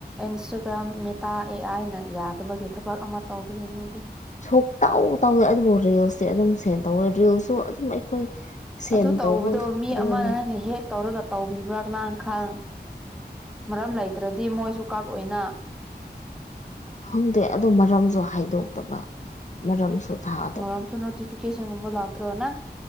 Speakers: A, in the centre; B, on the left.
A: ꯏꯟꯁꯇꯒ꯭ꯔꯥꯝ ꯃꯤꯇꯥ ꯑꯦ ꯑꯥꯏꯅ ꯌꯥꯗꯕꯒꯤ ꯊꯕꯛ ꯑꯃ ꯇꯧꯕꯒꯤꯅꯦ ꯑꯗꯨ
B: ꯁꯣꯛꯇꯧ ꯇꯧꯗ ꯑꯗꯨꯕꯨ ꯔꯤꯜꯁꯇꯤ ꯑꯗꯨꯝ ꯁꯦꯟ ꯇꯧꯋꯦ ꯔꯤꯜꯁꯁꯨ ꯑꯗꯨꯝ ꯑꯩꯈꯣꯏ ꯁꯦꯟ
A: ꯑꯗꯨ ꯇꯧꯕꯗꯣ
B: ꯇꯧꯕ ꯈꯛꯇꯅꯅꯦ
A: ꯃꯤ ꯑꯃꯅ ꯅꯪꯒꯤ ꯍꯦꯛ ꯇꯧꯔꯒ ꯇꯧꯕꯤꯕ꯭ꯔꯥ ꯃꯅ ꯈꯥꯡ ꯃꯔꯝ ꯂꯩꯇ꯭ꯔꯗꯤ ꯃꯣꯏꯁꯨ ꯀꯛꯑꯣꯏꯅ
B: ꯈꯪꯗꯦ ꯑꯗꯣ ꯃꯔꯝꯖꯨ ꯍꯥꯏꯗꯣꯛꯇꯕ ꯃꯔꯝ ꯁꯨꯐ
A: ꯃꯔꯝꯁꯨ ꯅꯣꯇꯤꯐꯤꯀꯦꯁꯟꯒꯨꯕ ꯂꯇ꯭ꯔꯣ ꯅꯪ